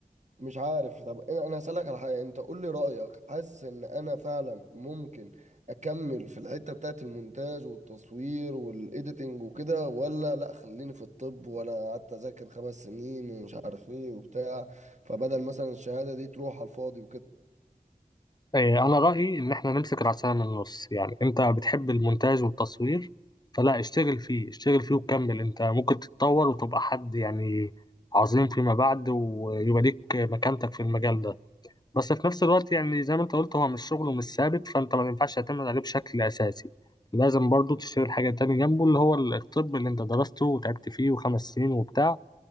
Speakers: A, on the right (about 50°); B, on the left (about 25°).
A: مش عارف طب انا أنا هسألك على حاجة انت قول لي رأيك حاسس ان انا فعلا ممكن اكمل في الحتة بتاعت المونتاج والتصوير والايديتنج وكده ولا لا خليني في الطب وانا قعدت اذاكر خمس سنين ومش عارف ايه وبتاع فبدل مثلا الشهادة دي تروح على الفاضي
B: إيه، أنا رأيي إن إحنا نمسك العصاية من النص يعني أنت بتحب المونتاج والتصوير فلا اشتغل فيه اشتغل فيه وكمل أنت ممكن تتطور وتبقى حد يعني عظيم فيما بعد ويبقى ليك مكانتك في المجال ده بس في نفس الوقت يعني زي ما أنت قلت هو مش شغله مش ثابت فأنت ما ينفعش تعتمد عليه بشكل أساسي لازم برضو تشتغل حاجة تاني جنبه اللي هو الطب اللي أنت درسته وتعبت فيه وخمس سنين وبتاع